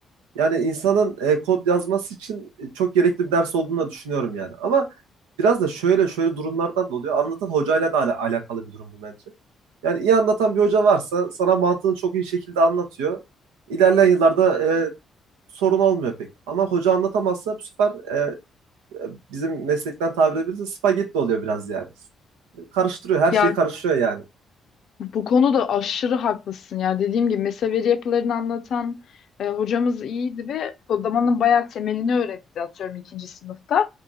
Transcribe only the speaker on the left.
Ya
Bu konuda aşırı haklısın ya. Dediğim gibi mesela veri yapılarını anlatan e, hocamız iyiydi ve kodlamanın bayağı temelini öğretti atıyorum ikinci sınıfta.